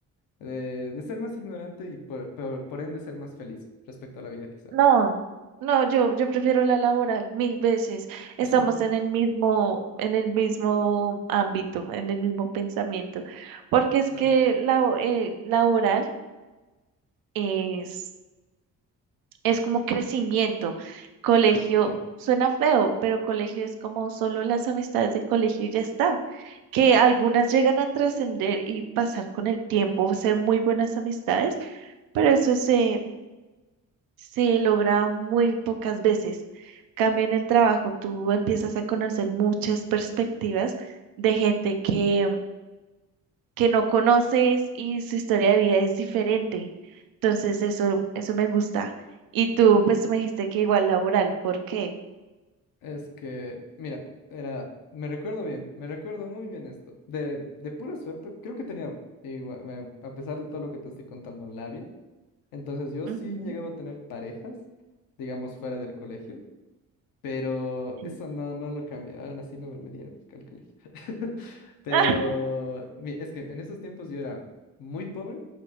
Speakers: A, on the left (about 80°); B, on the right (about 80°).
A: de, de ser más ignorante y por, por, por ende ser más feliz respecto a la vida quizá?
B: No, no, yo, yo prefiero la laboral mil veces.
A: <laughs>
B: Estamos en el mismo, en el mismo ámbito, en el mismo pensamiento, porque es
A: Ah,
B: que la eh, laboral es es como crecimiento. Colegio
A: sí.
B: suena feo, pero colegio es como solo las amistades de colegio y ya está. Que algunas llegan a trascender y pasar con el tiempo, ser muy buenas amistades, pero eso se, se logra muy pocas veces. Cambio en el trabajo, tú empiezas a conocer muchas perspectivas de gente que que no conoces y su historia de vida es diferente. Entonces, eso, eso me gusta. Y tú, pues, tú me dijiste que igual laboral, ¿por qué?
A: Es que, mira, era, me recuerdo bien, me recuerdo muy bien esto. De, de pura suerte, creo que tenía, igual, me- a pesar de todo lo que te estoy contando, labia. Entonces yo
B: Ujú.
A: sí llegaba a tener parejas, digamos, fuera del colegio, pero
B: Sí.
A: eso no, no lo cambia. Aún así no volvería al al colegio. <laughs> Pero
B: <laughs>
A: mi- es que en esos tiempos yo era muy pobre,